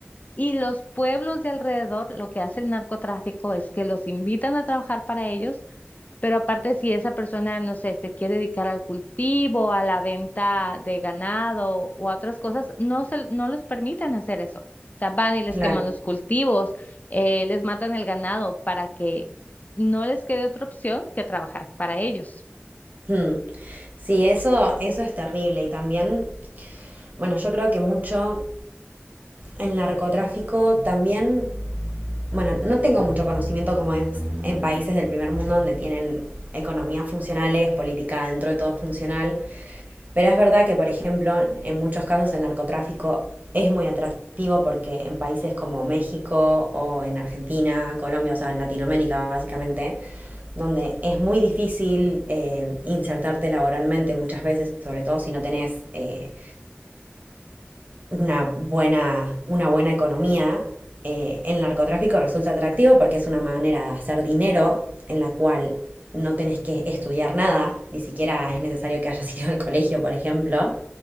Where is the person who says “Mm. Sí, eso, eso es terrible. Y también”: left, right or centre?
Right